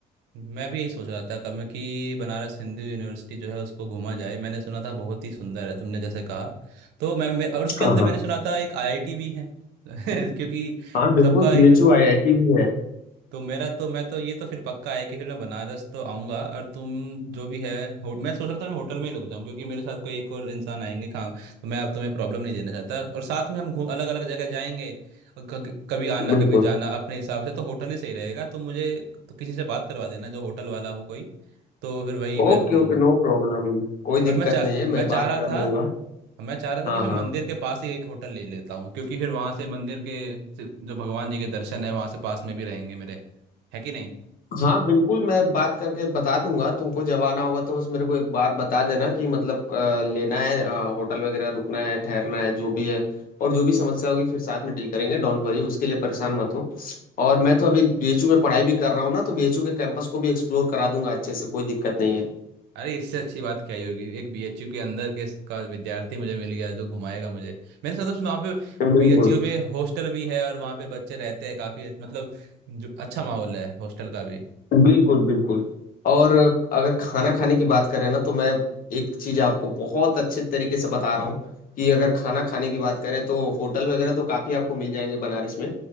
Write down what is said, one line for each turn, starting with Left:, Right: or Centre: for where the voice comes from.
Right: मैं भी यही सोच रहा था कब मैं कि बनारस हिंदू यूनिवर्सिटी जो है उसको घूमा जाए मैंने सुना था बहुत ही सुंदर है तुमने जैसे कहा तो मैं, मैं और उसके
Left: हाँ
Right: अंदर
Left: हाँ
Right: मैंने सुना था एक आईआईटी भी है <laughs> क्योंकि
Left: हाँ बिल्कुल
Right: सबका एक
Left: बीएचयू आईआईटी भी है
Right: तो मेरा तो मैं तो ये तो फिर पक्का है कि फिर मैं बनारस तो आऊंगा और तुम जो भी है हो, मैं सोच रहा था मैं होटल में ही रुक जाऊं क्योंकि मेरे साथ कोई एक और इंसान आएंगे खा तो मैं अब तुम्हें प्रॉब्लम नहीं देना चाहता और साथ में हम घूम अलग अलग जगह जाएंगे और क- कभी आना
Left: बिल्कुल
Right: कभी जाना अपने हिसाब से तो होटल ही सही रहेगा तुम मुझे तो किसी से बात करवा देना जो होटल वाला हो कोई तो फिर वही मैं
Left: ओके
Right: रुक लूंगा
Left: ओके नो प्रॉब्लम कोई
Right: और
Left: दिक्कत
Right: मैं चाह
Left: नहीं है
Right: मैं
Left: मैं
Right: चाह
Left: बात
Right: रहा
Left: कर
Right: था
Left: लूंगा
Right: मैं चाह रहा था
Left: हाँ
Right: कि मैं
Left: हाँ
Right: मंदिर के पास ही एक होटल ले लेता हूँ क्योंकि फिर वहां से मंदिर के जो भगवान जी के दर्शन है वहां से पास में भी रहेंगे मेरे है कि नहीं
Left: हाँ बिल्कुल मैं बात करके बता दूंगा तुमको जब आना होगा तो बस मेरे को एक बार बता देना कि मतलब अ, लेना है अ, होटल वगैरह रुकना है ठहरना है जो भी है और जो भी समस्या होगी फिर साथ में डील करेंगे डोंट वरी उसके लिए परेशान मत हो और मैं तो अभी बीएचयू में पढ़ाई भी कर रहा हूँ ना तो बीएचयू के कैंपस को भी एक्सप्लोर करा दूंगा अच्छे से कोई दिक्कत नहीं है
Right: अरे इससे अच्छी बात क्या ही होगी एक बीएचयू के अंदर के का विद्यार्थी मुझे मिल गया जो घुमाएगा मुझे मैंने सुना था उसमें वहाँ पे
Left: बिल्कुल
Right: बीएचयू में हॉस्टल भी है और वहाँ पे बच्चे रहते हैं काफी मतलब जो अच्छा माहौल है हॉस्टल का भी
Left: बिल्कुल बिल्कुल और अगर खाना खाने की बात करें ना तो मैं एक चीज आपको बहुत अच्छे तरीके से बता रहा हूँ कि अगर खाना खाने की बात करें तो होटल वगैरह तो काफी आपको मिल जाएंगे बनारस में